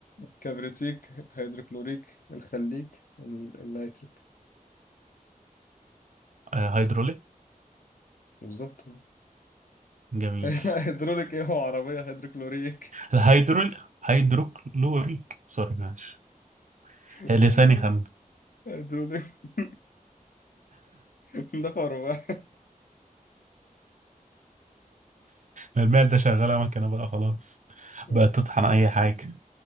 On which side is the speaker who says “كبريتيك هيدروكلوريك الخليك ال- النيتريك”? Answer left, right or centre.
Left